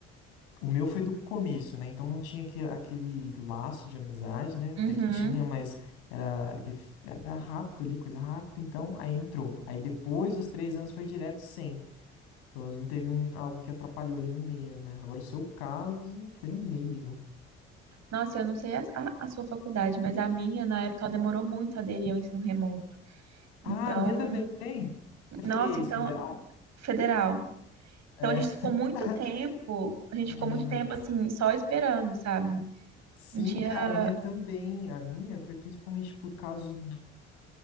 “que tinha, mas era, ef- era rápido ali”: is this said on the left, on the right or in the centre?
Left